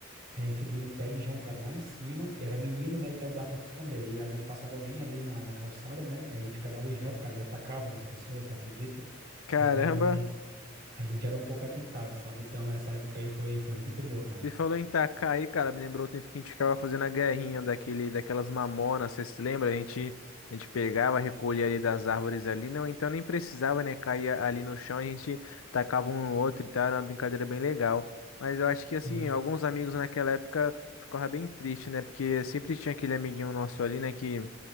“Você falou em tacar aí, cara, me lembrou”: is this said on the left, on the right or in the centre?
Left